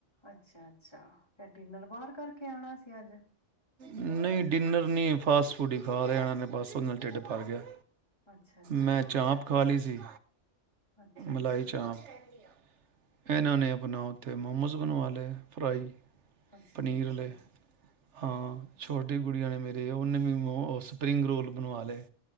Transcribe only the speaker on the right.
ਨਹੀਂ ਡਿਨਰ ਨਹੀਂ ਫਾਸਟ ਫੂਡ ਹੀ ਖਾ ਲਿਆਣਾ ਨੇ ਬਸ ਉਹ ਨਾਲ ਢਿੱਡ ਭਰ ਗਿਆ।
ਮੈਂ ਚਾਂਪ ਖਾ ਲਈ ਸੀ।
ਮਲਾਈ ਚਾਂਪ ਇਹਨਾਂ ਨੇ ਆਪਣਾ ਉੱਥੇ ਮੋਮੋਸ ਬਣਵਾ ਲਏ ਫਰਾਈ
ਪਨੀਰ ਵਾਲੇ ਹਾਂ ਛੋਟੀ ਗੁੜੀਆਂ ਨੇ ਮੇਰੇ ਉਹਨੇ ਵੀ ਮ ਸਪਰਿੰਗ ਰੋਲ ਬਣਵਾ ਲਏ।